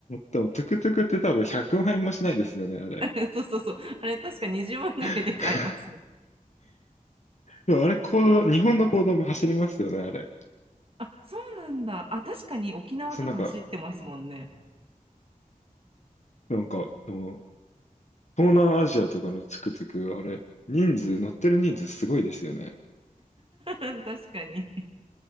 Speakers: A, on the left; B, on the right.
A: でもトゥクトゥクって多分100万円もしないですよね、あれ。
B: <laughs> そうそうそう。あれ、確か20万ぐらいで買えます。
A: <laughs> でもあれ、公道、日本の公道も走りますよね、あれ。
B: あ、そうなんだ。あ、確かに沖縄とか走ってますもんね。
A: そう、なんか、なんか、でも、東南アジアとかのトゥクトゥク、あれ、人数、乗ってる人数すごいですよね。
B: <laughs> 確かに。